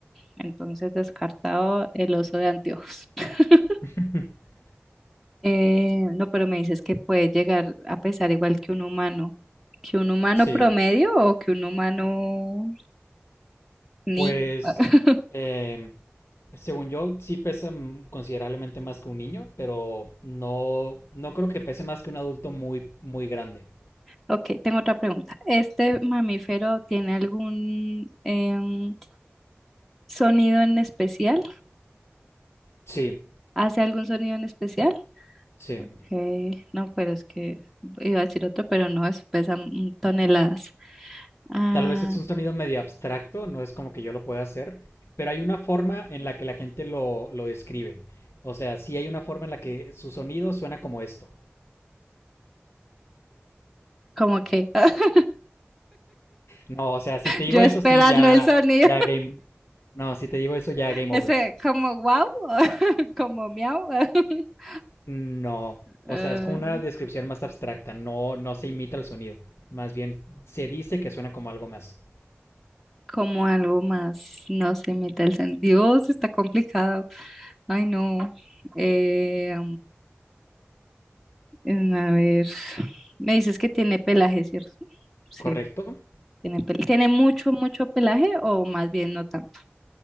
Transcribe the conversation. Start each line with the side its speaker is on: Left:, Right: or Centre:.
Centre: entonces descartado el oso de anteojos. <laughs>
Left: <laughs>
Centre: Eh, no, pero me dices que puede llegar a pesar igual que un humano. ¿Que un humano
Left: Sí.
Centre: promedio o que un humano niño?
Left: Pues,
Centre: <laughs>
Left: eh, según yo, sí pesa mm, considerablemente más que un niño, pero no, no creo que pese más que un adulto muy, muy grande.
Centre: Ok, tengo otra pregunta. ¿Este mamífero tiene algún em, sonido en especial?
Left: Sí,
Centre: ¿Hace algún sonido en especial?
Left: sí.
Centre: Ok, no, pero es que iba a decir otro, pero no, es pesa mm, toneladas. Ah,
Left: Tal vez es un sonido medio abstracto, no es como que yo lo pueda hacer, pero hay una forma en la que la gente lo, lo describe. O sea, sí hay una forma en la que su sonido suena como esto.
Centre: como que <laughs>
Left: No, o sea, si te digo
Centre: yo
Left: eso,
Centre: esperando
Left: sí, ya,
Centre: el sonido.
Left: ya game. No, si te digo eso, ya game
Centre: Ese
Left: over.
Centre: como wow, <laughs> como miau, <laughs>
Left: No,
Centre: eh,
Left: o sea, es como una descripción más abstracta, no, no se imita el sonido, más bien se dice que suena como algo más,
Centre: como algo más, no se imita el sentido. Dios, está complicado. Ay, no. Eh, mm, a ver, me dices que tiene pelaje, ¿cierto? Sí,
Left: ¿correcto?
Centre: tiene pel- ¿Tiene mucho, mucho pelaje o más bien no tanto?